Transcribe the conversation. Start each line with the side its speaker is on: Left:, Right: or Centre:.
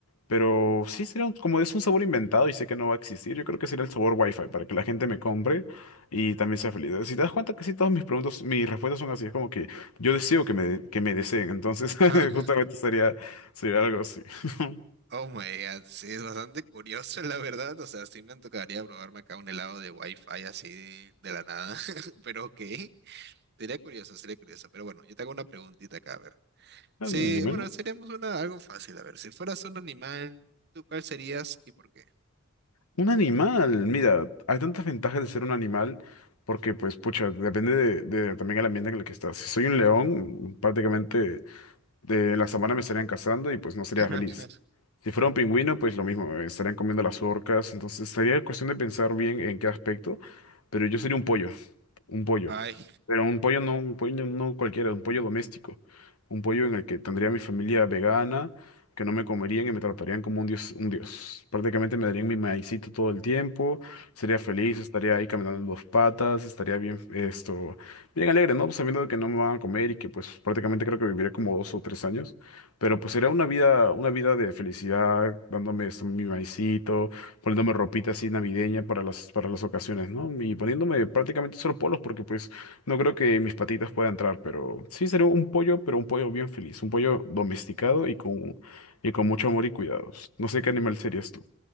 Left: Pero sí sería un- como es un sabor inventado y sé que no va a existir, yo creo que sería el sabor Wi-Fi para que la gente me compre y también sea feliz. Si te das cuenta, casi todas mis preguntas, mis respuestas son así. Es como que yo deseo que me, que me deseen. Entonces, <laughs>
Right: Ah,
Left: justamente sería, sería algo así. <laughs>
Right: oh my God, sí, es bastante curioso la verdad. O sea, sí me tocaría probarme acá un helado de Wi-Fi así de, de la nada. <laughs> Pero ok, sería curioso, sería curioso. Pero bueno, yo te hago una preguntita acá, a ver.
Left: Mm,
Right: Sí,
Left: Dímelo.
Right: bueno, seríamos una, algo fácil. A ver, si fueras un animal, ¿tú cuál serías y por qué?
Left: Un animal, mira, hay tantas ventajas de ser un animal porque, pues, pucha, depende de, de también el ambiente en el que estás. Si soy un león, prácticamente de la sabana me estarían cazando y pues no sería
Right: <laughs>
Left: feliz. Si fuera un pingüino, pues lo mismo, me estarían comiendo las orcas. Entonces, sería cuestión de pensar bien en qué aspecto, pero yo sería un pollo un pollo.
Right: Ay,
Left: Pero un pollo no, un pollo no cualquiera, un pollo doméstico. Un pollo en el que tendría mi familia vegana, que no me comerían y me tratarían como un dios, un dios. Prácticamente me darían mi maicito todo el tiempo, sería feliz, estaría ahí caminando en dos patas, estaría bien, esto, bien alegre, ¿no? Sabiendo que no me van a comer y que pues prácticamente creo que viviré como dos o tres años. Pero pues sería una vida, una vida de felicidad, dándome esto, mi maicito poniéndome ropita así navideña para las, para las ocasiones, ¿no? Y poniéndome prácticamente solo polos porque pues no creo que mis patitas puedan entrar, pero sí sería un pollo, pero un pollo bien feliz, un pollo domesticado y con, y con mucho amor y cuidados. No sé qué animal serías tú.